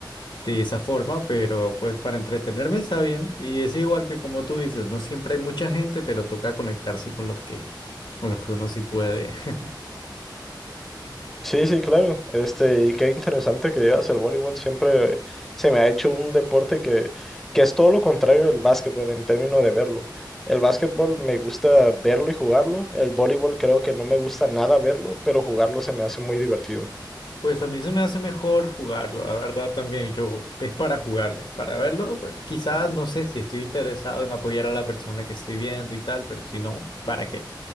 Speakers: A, on the left; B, in the centre.
A: de esa forma, pero pues para entretenerme está bien. Y es igual que como tú dices, no siempre hay mucha gente, pero toca conectarse con los que, con los que uno sí puede. <laughs>
B: Sí, sí, claro. Este, y qué interesante que llegas al voleibol. Siempre se me ha hecho un deporte que, que es todo lo contrario del básquetbol en términos de verlo. El básquetbol me gusta verlo y jugarlo. El voleibol creo que no me gusta nada verlo, pero jugarlo se me hace muy divertido.
A: Pues a mí se me hace mejor jugarlo, la verdad también. Yo es para jugarlo, para verlo, pues quizás no sé si estoy interesado en apoyar a la persona que estoy viendo y tal, pero si no, ¿para qué?